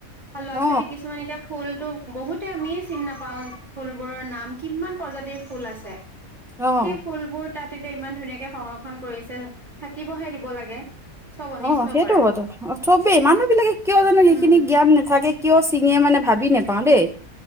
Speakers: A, on the right (about 20°); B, in the centre.
A: আৰু ল'ৰা
B: অ
A: ছোৱালী কিছুমান এতিয়া ফুল টো বহুতে আমিয়ে চিনি নাপাও ফুলবোৰৰ নাম কিমান প্ৰজাতিৰ ফুল আছে।
B: অ
A: সেই ফুলবোৰ তাত এতিয়া ইমান ধুনীয়াকে সংৰক্ষণ কৰিছে। <inaudible> থাকিবহে দিব লাগে। চব অনিষ্ট
B: অঁ সেইটো
A: কৰে।
B: হয়তো, চবেই মানুহ বিলাকে কিয় জানো
A: উম,
B: সেইখিনি জ্ঞান নাথাকে কিয় চিঙে মানে ভাবি নেপাওঁ দেই।